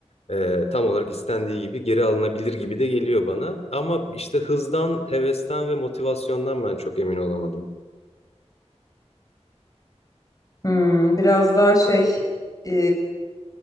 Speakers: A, on the left (about 65°); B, on the left (about 30°).
A: e, tam olarak istendiği gibi geri alınabilir gibi de geliyor bana. Ama işte hızdan, hevesten ve motivasyondan ben çok emin olamadım.
B: Hmm, biraz daha şey e,